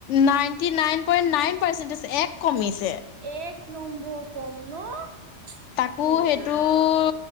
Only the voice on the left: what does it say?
ninety nine point nine percentage এক কমিছে
তাকো সেইটো